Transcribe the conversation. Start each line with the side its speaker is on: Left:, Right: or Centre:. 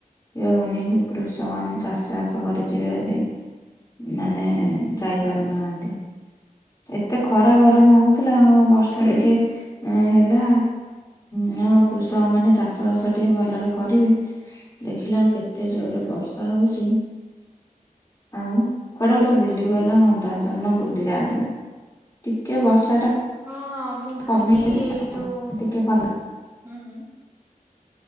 Left: ଇଏ ହଉନି କୃଷକ ମାନ ଚାଷ ବାଷ କରିଯିବେ ବୋଲି ମାନେ ଯାଇପାରୁନାହାଁନ୍ତି। ଏତେ ଖରା ଗରମ ହଉଥିଲା ହଁ ବର୍ଷା ଟିକେ ହେଲା ହୁଁ କୃଷକ ମାନେ ଚାଷ ବାସ ଟିକେ ଭଲରେ କରିବେ। ଦେଖିଲା ବେଳୁ କେତେ ଜୋରରେ ବର୍ଷା ହଉଚି। ଆଉ କୁଆଡେ ଗୋଟେ ବୁଲି ଗଲେ ହନ୍ତା ଜନ ବୁଲି ଯାଆନ୍ତେ। ଟିକେ ବର୍ଷା ଟା
Right: ହଁ ମୁଁ ଭାବିଛି
Left: କମେଇ
Right: ଏଇ ଯୋଉ
Left: ଟିକେ
Right: ହୁଁ
Left: ଭଲ
Right: ହୁଁ